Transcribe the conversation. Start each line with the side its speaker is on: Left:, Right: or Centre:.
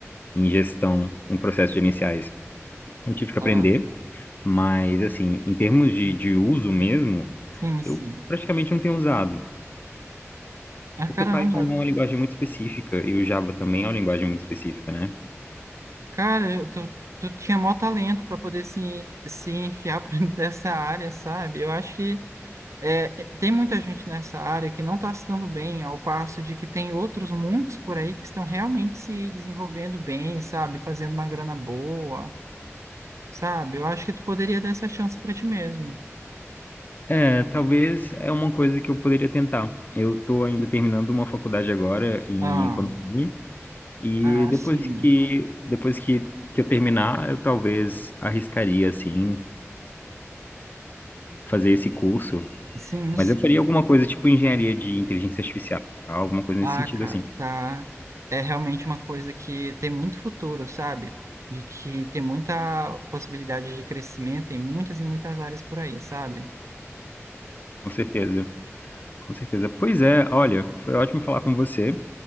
Left: em gestão, em processos gerenciais, eu tive que aprender.
Right: Ah,
Left: Mas, assim, em termos de, de uso mesmo,
Right: sim,
Left: eu
Right: sim.
Left: praticamente não tenho usado.
Right: Ah,
Left: Porque
Right: caramba,
Left: Python é uma linguagem muito específica e o Java também é uma linguagem muito específica, né?
Right: cara, eu- tu, tu tinha maior talento para poder se, se enfiar por <laughs> dentro dessa área, sabe? Eu acho que É, tem muita gente nessa área que não está se dando bem, ao passo de que tem outros muitos por aí que estão realmente se desenvolvendo bem, sabe? Fazendo uma grana boa, sabe? Eu acho que tu poderia dar essa chance para ti mesmo.
Left: É, talvez é uma coisa que eu poderia tentar. Eu estou ainda terminando uma faculdade agora em
Right: Ah,
Left: economia e
Right: ah,
Left: depois
Right: sim,
Left: que depois que, que eu terminar, eu talvez arriscaria assim fazer esse curso,
Right: sim,
Left: mas
Right: sim.
Left: eu faria alguma coisa tipo engenharia de inteligência artificial, alguma coisa
Right: Ah,
Left: nesse sentido
Right: cara,
Left: assim,
Right: tá. É realmente uma coisa que tem muito futuro, sabe? De que tem muita possibilidade de crescimento em muitas e muitas áreas por aí, sabe?
Left: com certeza. Com certeza. Pois é, olha, foi ótimo falar com você.